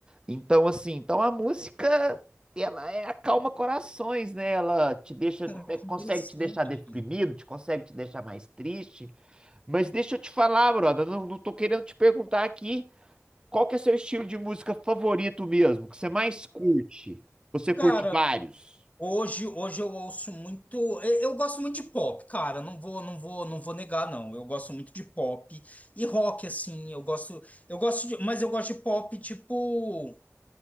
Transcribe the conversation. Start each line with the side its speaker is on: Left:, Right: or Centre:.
Right: Então, assim, então a música, ela é acalma corações, né? Ela te deixa,
Left: Cara,
Right: é,
Left: que
Right: consegue
Left: interessante.
Right: te deixar deprimido, te consegue te deixar mais triste. Mas deixa eu te falar, brother, não, não tô querendo te perguntar aqui qual que é seu estilo de música favorito mesmo, que você mais curte. Você curte
Left: Cara,
Right: vários.
Left: hoje, hoje eu ouço muito. Eu, eu gosto muito de pop, cara. Não vou, não vou, não vou negar, não. Eu gosto muito de pop e rock, assim. Eu gosto, eu gosto de, mas eu gosto de pop tipo,